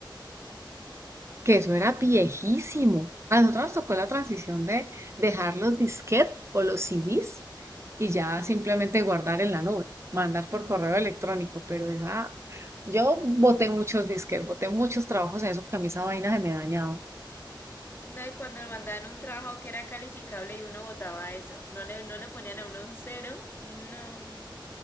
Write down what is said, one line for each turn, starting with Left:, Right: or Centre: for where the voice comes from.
Right: Que eso era viejísimo. A nosotros nos tocó la transición de dejar los disquetes o los CDs y ya simplemente guardar en la nube, mandar por correo electrónico. Pero esa, yo boté muchos disquetes, boté muchos trabajos en eso porque a mí esa vaina se me dañaba.
Left: No, y cuando nos mandaban un trabajo que era calificable y uno votaba eso, no le, no le ponían a uno un cero, no.